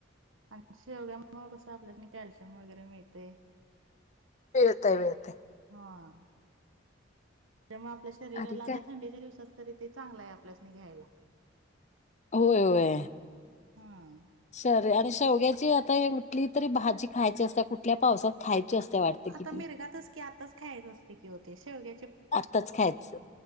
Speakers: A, on the right; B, on the left.
A: आणि शेवग्यामुळे कसं आपल्यासनी कॅल्शियम वगैरे मिळतय.
B: मिळतय मिळतय
A: हां त्यामुळ आपल्या शरीराला
B: आणि
A: आता
B: काय
A: थंडीच्या दिवसात तरी ते चांगलं आहे आपल्यासनी घ्यायला.
B: होय होय
A: हम्म
B: सॉरी आणि शेवग्याची आता हे कुठली तरी भाजी खायची असत्या कुठल्या पावसात खायची असते वाटते किती
A: आता मिरगातच की आताच खायाच असतय की ओ ते शेवग्या
B: आत्ताच खायाचं